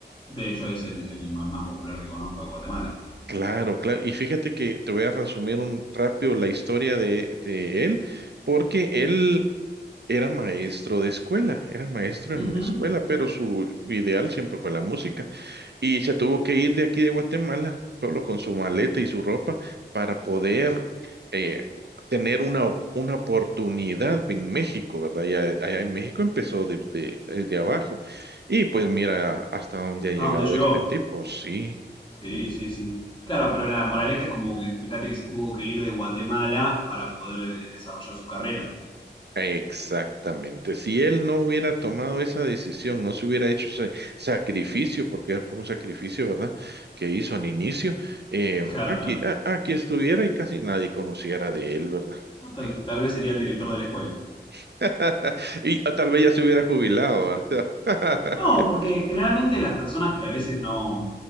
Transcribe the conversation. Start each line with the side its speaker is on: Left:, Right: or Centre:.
Left: De hecho, es el, el más popular que conozco de Guatemala.
Right: Claro, claro. Y fíjate que te voy a resumir un rápido la historia de, de él, porque él Era maestro de escuela, era maestro
Left: Ujú.
Right: en una escuela, pero su ideal siempre fue la música. Y se tuvo que ir de aquí de Guatemala, solo con su maleta y su ropa, para poder eh, tener una, op- una oportunidad en México, ¿verdad? Y a- allá en México empezó de- de- desde abajo. Y pues mira hasta dónde ha llegado
Left: ¿A dónde llegó?
Right: este tipo, sí.
Left: Sí, sí, sí. Claro, pero la moraleja es como que fíjate que se tuvo que ir de Guatemala para poder eh, desarrollar su carrera.
Right: Exactamente. Si él no hubiera tomado esa decisión, no se hubiera hecho ese sacrificio, porque fue un sacrificio, ¿verdad? Que hizo al inicio, eh,
Left: Claro,
Right: aquí,
Left: claro.
Right: a- aquí estuviera y casi nadie conociera de él, ¿verdad?
Left: No, Tal,
Right: Sí.
Left: tal vez sería el director de la escuela.
Right: <laughs> Y ah, tal vez ya se hubiera jubilado, ¿verdad? <laughs>
Left: No, porque generalmente las personas que a veces no